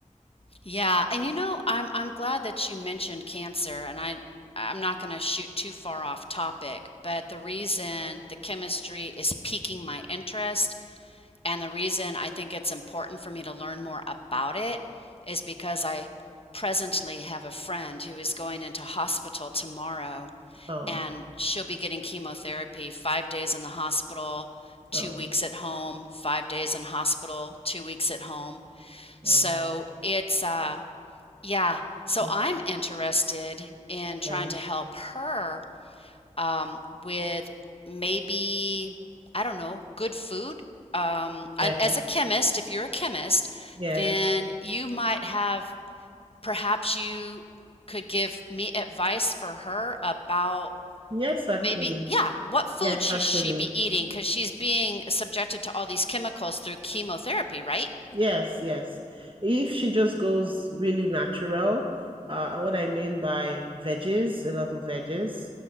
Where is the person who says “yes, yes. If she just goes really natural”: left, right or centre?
Right